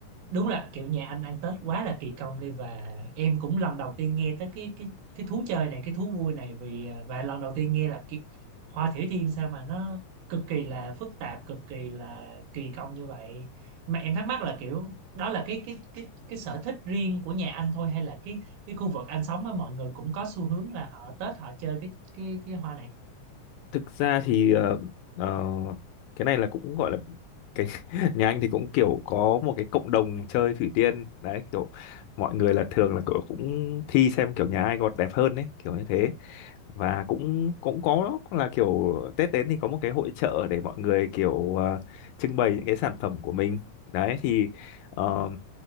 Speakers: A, on the right; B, on the left.
A: đúng là kiểu nhà anh ăn Tết quá là kỳ công đi và em cũng lần đầu tiên nghe tới cái cái cái thú chơi này cái thú vui này vì à, và lần đầu tiên nghe là cái hoa thủy tiên sao mà nó cực kỳ là phức tạp cực kỳ là kỳ công như vậy mà em thắc mắc là kiểu đó là cái cái cái cái sở thích riêng của nhà anh thôi hay là cái cái khu vực anh sống á mọi người cũng có xu hướng là họ Tết họ chơi cái cái cái hoa này
B: thực ra thì ờ, ờ, cái này là cũng gọi là cái <laughs> nhà anh thì cũng kiểu có một cái cộng đồng chơi thủy tiên đấy kiểu mọi người là thường là kiểu cũng thi xem kiểu nhà ai gọt đẹp hơn đấy kiểu như thế và cũng cũng có là kiểu Tết đến thì có một cái hội chợ để mọi người kiểu ờ, trưng bày những cái sản phẩm của mình đấy thì ờ,